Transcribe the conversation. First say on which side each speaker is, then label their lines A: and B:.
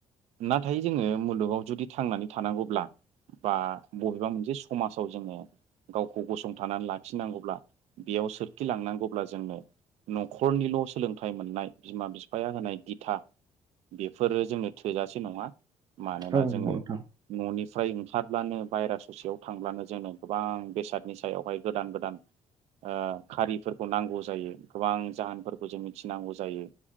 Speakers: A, on the right; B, on the right.
A: नाथाय जोंङो मुलुगाव जुदि थांनानै थानांगौब्ला बा बबेबा मोनसे समाजाव जोंङो गावखौ गसंथानानै लाखिनांगौब्ला बे बेयाव सोरखि लांनांगौब्ला जोंनो न'खरनिल' सोलोंथाइ मोननाय बिमा बिफाया होनाय दिथा बेफोरो जोंनो थोजासे नंङा मानोना
B: औ
A: जोंङो
B: नंगौ नोंथां
A: न'नि फ्राय ओंखारब्लानो बायहेरा ससेयाव थांब्लानो जोंङो गोबां बेसादनि सायावहाय गोदान गोदान ओ खारिफोरखौ नांगौ जायो गोबां जाहोनफोरखौ जों मिथिनांगौ जायो